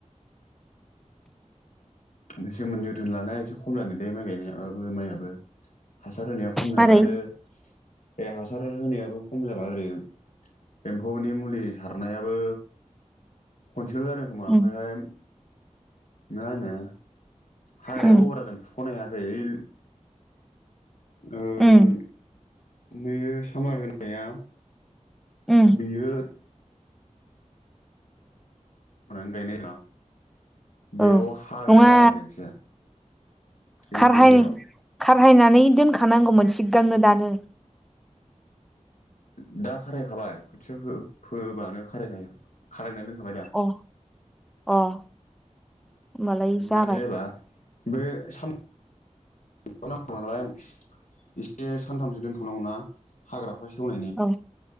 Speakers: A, on the left; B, in the centre.
A: बेसोमोन जोथोन लानाया एसे खम जादों दे माइ गायनाया । ओयाबो माइआबो हासार होनाया खम
B: मारै
A: जाबाय आरो बे हासार होनानैयाबो खम जाबाय ओरैम एम्फौनि मुलि सारनायाबो खनसेल' जादों खोमा ओमफायहाय
B: उम
A: मा होनो हाग्रायाबो
B: उम
A: <unintelligible> जादों फुख'नो हाया । जा इल ओं
B: उम
A: नै सामार होनाया
B: उम
A: बेयोद मानो गायनाय रा बेयाव
B: औ
A: हाग्राया
B: नङा
A: बारा जादों एसे बे
B: खारहाय
A: गेजेराव
B: खार हायनानै दोनखानांगौमोन सिगांनो दानो
A: ओ दा खारायखाबाय खोथिया फो-फोबानो खारायखायो खारायना दोनखाबाय दा
B: अ अ होमबालाय जाबाय
A: मानो होबा बे साम <unintelligible> नालाय एसे सानथामसो दोनथ'नांगौ ना हाग्रा हा सेवनायनि
B: औ